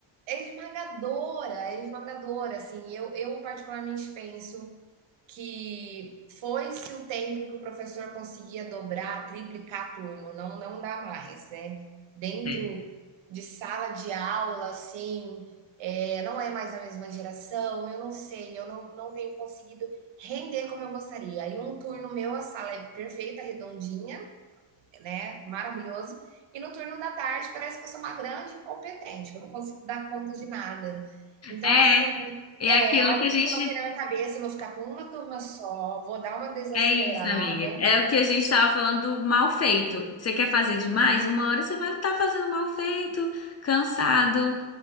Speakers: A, on the right; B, on the left.
A: é esmagadora, é esmagadora, assim. Eu, eu particularmente penso que foi-se o tempo que o professor conseguia dobrar, triplicar turno, não, não dá mais, né? Dentro
B: É.
A: de sala de aula, assim, é, não é mais a mesma geração, eu não sei, eu não, não tenho conseguido render como eu gostaria. Aí um turno meu, a sala é perfeita, redondinha, né, maravilhoso. E no turno da tarde parece que eu sou uma grande incompetente, que eu não consigo dar conta de nada. Então,
B: É,
A: assim,
B: é
A: é
B: aquilo
A: algo
B: que a
A: que
B: gente
A: eu coloquei na minha cabeça, eu vou ficar com uma turma só, vou dar uma desacelerada.
B: É isso, amiga. É o que a gente estava falando do mal feito. Você quer fazer demais? Uma hora você vai estar fazendo mal feito, cansado,